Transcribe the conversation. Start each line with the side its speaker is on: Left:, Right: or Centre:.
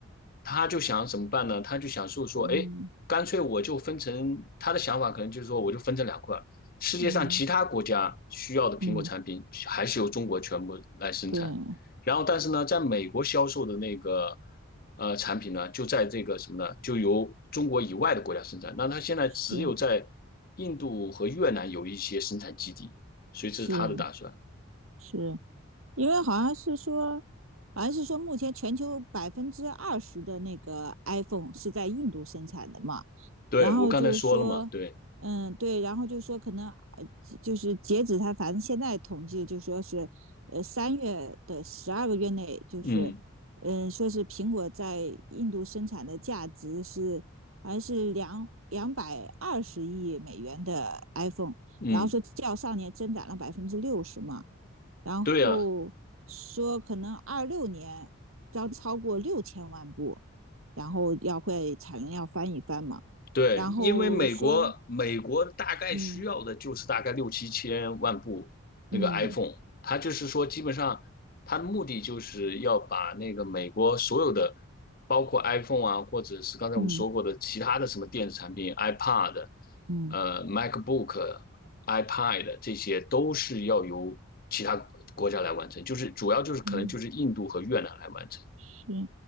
Left: 他就想怎么办呢？他就想说说，
Right: 嗯。
Left: 哎，干脆我就分成他的想法，可能就是说我就分成两块世界上其他国家需要的苹果产品还是由中国全部来生产，
Right: 嗯嗯，对，
Left: 然后但是呢，在美国销售的那个呃产品呢，就在这个什么呢，就由中国以外的国家生产。那他现在只有在
Right: 是
Left: 印度和越南有一些生产基地，所以这是他的打算。
Right: 是是，因为好像是说，好像是说，目前全球百分之二十的那个 iPhone 是在印度生产的嘛。
Left: 对，
Right: 然后就说，
Left: 我刚才说了嘛，对，
Right: 嗯，对，然后就说可能呃就是截止他，反正现在统计就说是，呃，三月的十二个月内，就是，
Left: 嗯
Right: 嗯，说是苹果在印度生产的价值是好像是两两百二十亿美元的 iPhone，
Left: 嗯，
Right: 然后说较上年增长了百分之六十嘛，然后说可能二六年将超过六千万部。
Left: 对呀，
Right: 然后要会产能要翻一翻嘛。
Left: 对，
Right: 然后说，
Left: 因为美国美国大概需要的就是大概六七千万部那个
Right: 嗯嗯
Left: iPhone，它就是说基本上它的目的就是要把那个美国所有的，包括 iPhone 啊，或者是刚才我们说过的其他的什么电子产品，iPad、
Right: 嗯嗯
Left: 呃 MacBook、iPad 这些都是要由其他国家来完成，就是主要就是可能就是印度和越南来完成。
Right: 嗯，是